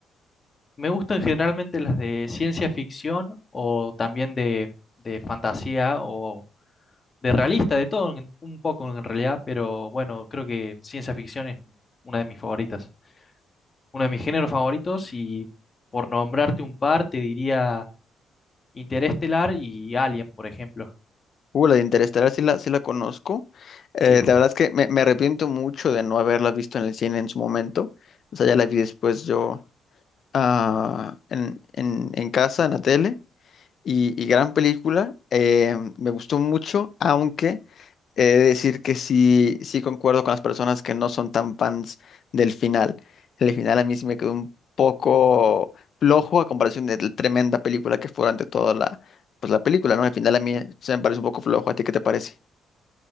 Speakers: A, on the left; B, on the left.
A: Me gustan generalmente las de ciencia ficción o también de, de fantasía o de realista, de todo en- un poco en realidad, pero bueno, creo que ciencia ficción es una de mis favoritas, uno de mis géneros favoritos y por nombrarte un par te diría Interestelar y Alien, por ejemplo.
B: Uh, la de Interestelar sí la, sí la conozco. Eh,
A: Sí.
B: la verdad es que me, me arrepiento mucho de no haberla visto en el cine en su momento. O sea, ya la vi después yo ah, en, en en casa, en la tele. y, y gran película. eh, me gustó mucho, aunque he de decir que sí, sí concuerdo con las personas que no son tan fans del final. El final a mí sí me quedó un poco flojo a comparación de la tremenda película que fue ante toda la, pues la película, ¿no? El final a mí se me parece un poco flojo. ¿A ti qué te parece?